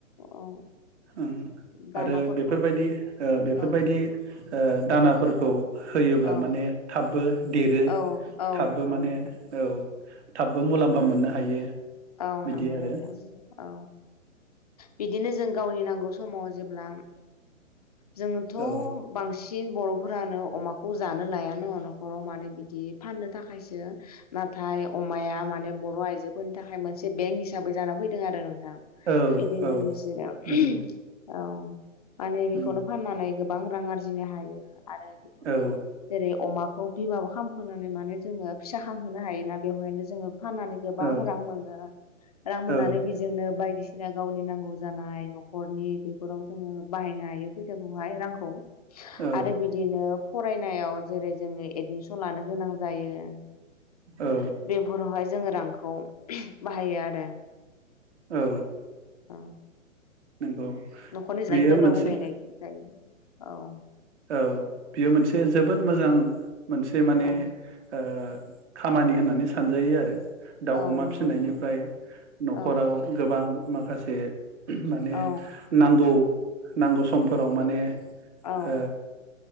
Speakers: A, on the left; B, on the right.
A: औ
B: उम
A: दानाफोरखौहाय
B: आरो बे बेफोरबायदि ओ बेफोरबायदि
A: औ
B: ओ दानाफोरखौ होयोब्ला
A: औ
B: माने थाबबो देरो
A: औ औ
B: थाबबो
A: नंगौ
B: माने
A: नोंथां
B: औ थाबबो मुलाम् फा मोननो हायो
A: औ
B: बिदि
A: नंगौ
B: आरो
A: नोंथां औ। बिदिनो जों गावनि नांगौ समाव जेब्ला जोंथ'
B: औ
A: बांसिन बर'फोरानो अमाखौ जानो लाया न' न'खराव माने बिदि फाननो थाखायसो नाथाय अमाया माने बर' आइजोफोरनि था खाय मोनसे बेंक हिसाबै जाना फैदों आरो नों थां
B: औ
A: बिदिनो
B: औ
A: बिसोरो
B: नंगौ
A: औ माने बेखौनो
B: उम
A: फाननानै गोबां रां आरजिनो हायो। आरो बेखौनो
B: औ
A: जेरै अमा खौ बिमाबो खामहोनानै माने जोङो फिसा खांहोनो हायोना बेवहायनो जोङो फाननानै गोबां
B: औ
A: रां मो नो रां मोननानै
B: औ
A: बेजोंनो बायदिसि ना गावनि नांगौ जानाय न'खरनि बेफोराव जोङो बाहायनो हायो फैसाखौहाय रांखौ।
B: औ
A: आरो बिदिनो फरायनायाव जेरै जोंनि एडमिसन लानो गोनां जायो
B: औ
A: बेफोरावहाय जोङो रां खौ बाहायो आरो
B: औ
A: औ
B: नंगौ
A: न'खरनि जानाय
B: बेयो
A: लोंनायफोराव
B: मोनसे
A: बाहायनाय <unintelligible> जायो। औ
B: औ बेयो मोनसे जोबोद मोजां। मोनसे माने
A: औ
B: ओ खामानि होननानै सानजायो आरो दाउ
A: औ
B: अमा
A: नंगौ
B: फिसिनायनिफ्राय
A: नोंथां
B: न'खराव
A: औ
B: गोबां माखासे माने
A: औ
B: नांगौ नांगौ समफोराव माने
A: औ
B: ओ